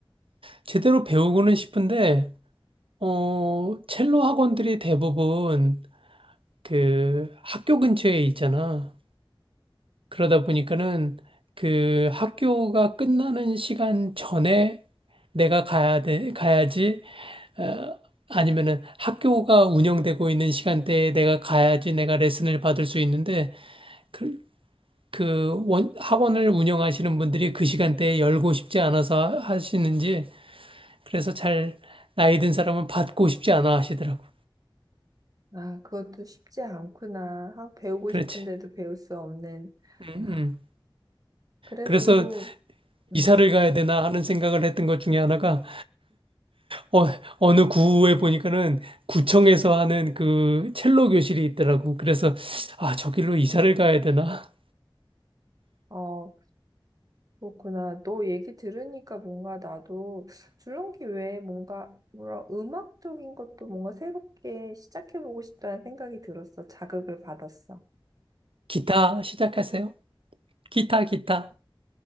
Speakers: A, on the right (about 75°); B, on the right (about 45°).
A: 제대로 배우고는 싶은데, 어, 첼로 학원들이 대부분 그 학교 근처에 있잖아. 그러다 보니까는 그 학교가 끝나는 시간 전에 내가 가야 돼, 가야지. 어, 아니면은 학교가 운영되고 있는 시간대에 내가 가야지 내가 레슨을 받을 수 있는데 그, 그 원, 학원을 운영하시는 분들이 그 시간대에 열고 싶지 않아서 하시는지 그래서 잘 나이 든 사람은 받고 싶지 않아 하시더라고.
B: 아, 그것도 쉽지 않구나. 아, 배우고
A: 그렇지.
B: 싶은데도 배울 수 없는.
A: 음,
B: 아,
A: 음.
B: 그래도,
A: 그래서
B: 음,
A: 이사를 가야 되나 하는 생각을 했던 것 중에 하나가 어, 어느 구에 보니까는 구청에서 하는 그 첼로 교실이 있더라고. 그래서 아, 저길로 이사를 가야 되나?
B: 어, 그렇구나. 너 얘기 들으니까 뭔가 나도 줄넘기 외에 뭔가, 뭐라, 음악적인 것도 뭔가 새롭게 시작해보고 싶다는 생각이 들었어. 자극을 받았어.
A: 기타 시작하세요. 기타, 기타.